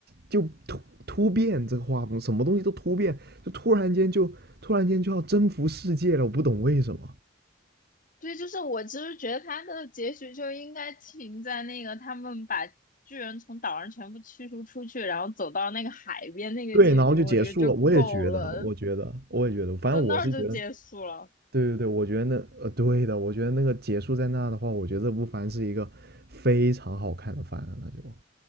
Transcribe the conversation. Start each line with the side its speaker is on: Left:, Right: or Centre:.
Right: 就就突突变这个画风，什么东西都突变，就突然间就突然间就要征服世界了，我不懂为什么。
Left: 对，就是我其实觉得他的结局就应该停在那个他们把巨人从岛上全部驱逐出去，然后走到那个海边那个结局，
Right: 对，然后就结束了。
Left: 我觉得就够了，
Right: 我也觉得，我觉得，我也觉得，反正我是觉得
Left: 就那儿就结束了。
Right: 对对对，我觉得那呃，对的，我觉得那个结束在那的话，我觉得这部番是一个非常好看的番了，那就